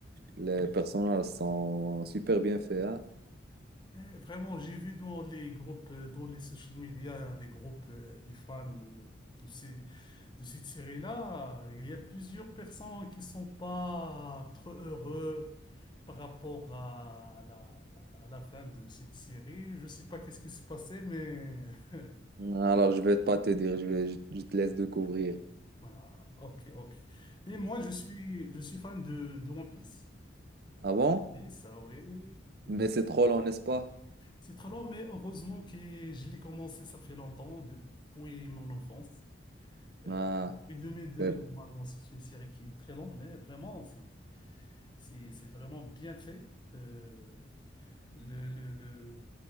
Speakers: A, on the right (about 50°); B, on the left (about 25°).
A: les personnages sont super bien faits, hein.
B: Eh, Vraiment, j'ai vu dans les groupes, euh, dans les social media, les groupes euh, des fans de, de ces, de cette série-là, il y a plusieurs personnes qui sont pas trop heureux par rapport à la, à la fin de cette série. Je sais pas qu'est-ce qui se passait, mais <laughs>
A: Alors, je vais pas te dire, je vais, je, je te laisse découvrir.
B: voilà, ok, ok. Mais moi, je suis, je suis fan de, de One Piece.
A: Ah bon?
B: Oui, ça, oui. Euh,
A: Mais c'est trop long, n'est-ce pas?
B: C'est très long, mais heureusement que je l'ai commencé, ça fait longtemps, depuis mon enfance. Euh,
A: Ah,
B: depuis 2002,
A: c'est-
B: normalement, c'est une série qui est très longue, mais vraiment, c'est, c'est, c'est vraiment bien fait. Euh, le, le, le,